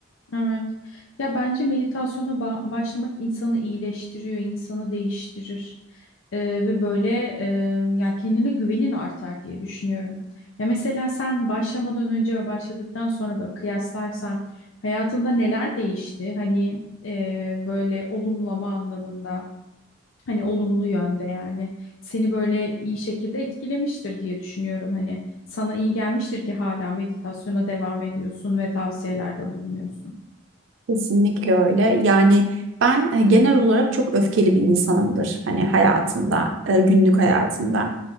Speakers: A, on the left; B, on the right.
A: Evet. Ya bence meditasyona ba- başlamak insanı iyileştiriyor, insanı değiştirir. Ee, ve böyle e, ya kendine güvenin artar diye düşünüyorum. Ya mesela sen başlamadan önce ve başladıktan sonra böyle kıyaslarsan hayatında neler değişti? Hani e, böyle olumlama anlamında, hani olumlu yönde yani seni böyle iyi şekilde etkilemiştir diye düşünüyorum. Hani sana iyi gelmiştir ki hala meditasyona devam ediyorsun ve tavsiyelerde bulunuyorsun.
B: Kesinlikle öyle. Yani ben e, genel olarak çok öfkeli bir insanımdır. Hani hayatımda, e, günlük hayatımda.